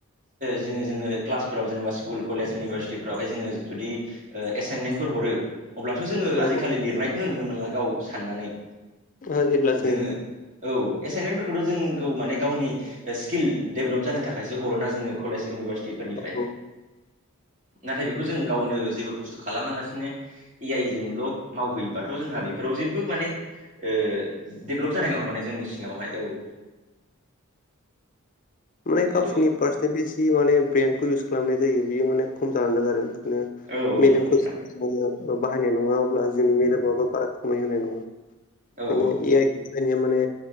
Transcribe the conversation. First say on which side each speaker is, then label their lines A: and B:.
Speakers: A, on the right (about 35°); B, on the left (about 40°).
A: जोङो जोङो क्लासफोराव जेनेबा स्कुल कलेज इउनिभारसिटिफ्रावहाय जोङो जुदि ओ एसाइनमेन फोर हरो अब्लाथ' जोङो
B: औ
A: आजिखालि लिरनायखौनो नुनो मोनला गाव साननानै
B: जोंहा जेब्ला जोंङो
A: जोङो औ एसाइनमेन्टफोरखौथ' जोंखौ माने गावनि स्किल डेभेलप जानो थाखायसो हरोना जोंनो कलेज इउनिभारसिटिफोरनिफ्राय।
B: जोङो औ
A: <inaudible> नाथाय बेखौ जों गावनो जेबो खस्थ' खालामालासिनो ए आइ जोंल' मावहैयोबाथ' जोंहा बेफोराव जेबो माने ओ डेभेलप जानाय नङा माने जोंनि सिङावहाय। औ। <inaudible>
B: माने
A: खिन्थु
B: गावसोरनि पार्सेन्टेज जि माने ब्रेन्डखौ इउस खालामनाय जायो बियो माने खम जानांदों आरो। ओ
A: औ औ
B: बिदिनो
A: नंगौ नोंथां
B: <unintelligible> बाहायनाय नङा अब्ला जोंनि मेलेमाबबो बारा खोमाय होनाय नङा बे ओंखायनो
A: औ औ
B: ए आइ माने